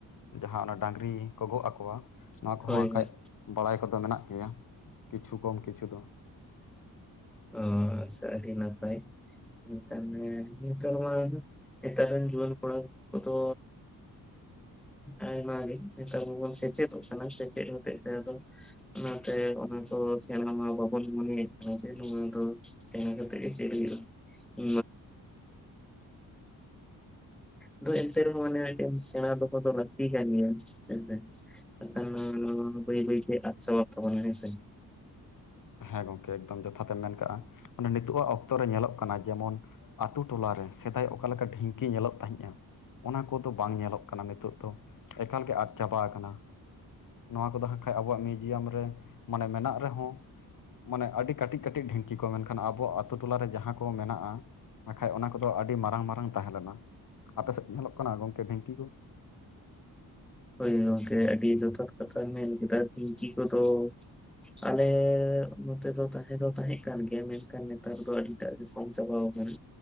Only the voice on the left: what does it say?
ᱡᱟᱦᱟᱸ ᱚᱱᱟ ᱰᱟᱹᱝᱨᱤ ᱠᱚ ᱜᱚᱜ ᱟᱠᱚᱣᱟ ᱱᱚᱣᱟ ᱠᱚᱦᱚᱸ
ᱠᱷᱟᱡ
ᱵᱟᱲᱟᱭ ᱠᱚᱫᱚ ᱢᱮᱱᱟᱜ ᱜᱮᱭᱟ ᱠᱤᱪᱷᱩ ᱠᱚᱢ ᱠᱤᱪᱷᱩ ᱫᱚ᱾
ᱦᱮᱸ ᱜᱚᱝᱠᱮ ᱮᱠᱫᱚᱢ ᱡᱚᱛᱷᱟ ᱛᱮᱢ ᱢᱮᱱ ᱠᱟᱜ-ᱟ ᱱᱤᱛᱳᱜ ᱟᱜ ᱚᱠᱛᱚ ᱨᱮ ᱧᱮᱞᱚᱜ ᱠᱟᱱᱟ ᱡᱮᱢᱚᱱ ᱟᱹᱛᱩ ᱴᱚᱞᱟ ᱨᱮ ᱥᱮᱫᱟᱭ ᱚᱠᱟ ᱞᱮᱠᱟ ᱰᱷᱤᱝᱠᱤ ᱧᱮᱞᱚᱜ ᱛᱟᱦᱮᱸᱫᱡ-ᱟ ᱚᱱᱟ ᱠᱚᱫᱚ ᱵᱟᱝ ᱧᱮᱞᱚᱜ ᱠᱟᱱᱟ ᱱᱤᱛᱳᱜ ᱫᱚ ᱮᱠᱟᱞ ᱜᱮ ᱟᱫ ᱪᱟᱵᱟᱣ ᱟᱠᱟᱱᱟ, ᱱᱚᱣᱟ ᱠᱚᱫᱚ ᱦᱟᱸᱜ ᱠᱷᱟᱱ ᱟᱵᱚᱣᱟᱜ ᱢᱤᱭᱩᱡᱤᱭᱟᱢ ᱨᱮ ᱢᱟᱱᱮ ᱢᱮᱱᱟᱜ ᱨᱮᱦᱚᱸ ᱢᱟᱱᱮ ᱟᱹᱰᱤ ᱠᱟᱹᱴᱤᱡ ᱠᱟᱹᱴᱤᱡ ᱰᱷᱤᱝᱠᱤ ᱠᱚ ᱢᱮᱱᱠᱷᱟᱱ ᱟᱵᱚ ᱟᱛᱩ ᱴᱚᱞᱟᱨᱮ ᱡᱟᱦᱟᱸ ᱠᱚ ᱢᱮᱱᱟᱜ-ᱟ, ᱱᱟᱜᱠᱷᱟᱡ ᱚᱱᱟ ᱠᱚᱫᱚ ᱟᱹᱰᱤ ᱢᱟᱨᱟᱝ ᱢᱟᱨᱟᱝ ᱛᱟᱦᱮᱸ ᱞᱮᱱᱟ, ᱟᱯᱮ ᱥᱮᱫ ᱧᱮᱞᱚᱜ ᱠᱟᱱᱟ ᱜᱚᱝᱠᱮ ᱰᱷᱤᱝᱠᱤ ᱠᱚ?